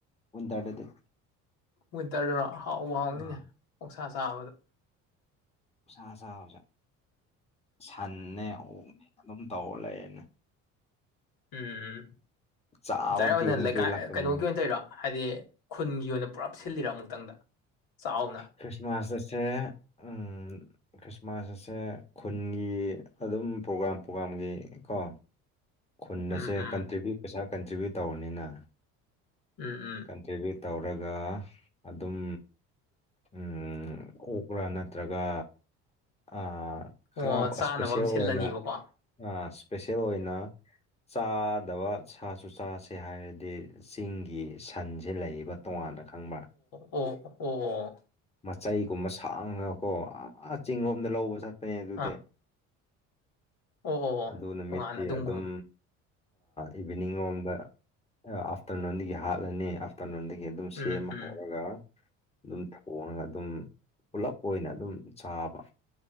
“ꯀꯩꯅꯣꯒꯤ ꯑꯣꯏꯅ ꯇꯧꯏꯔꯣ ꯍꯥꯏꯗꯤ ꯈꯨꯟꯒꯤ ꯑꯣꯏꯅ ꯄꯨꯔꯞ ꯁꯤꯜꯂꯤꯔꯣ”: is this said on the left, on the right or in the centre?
Left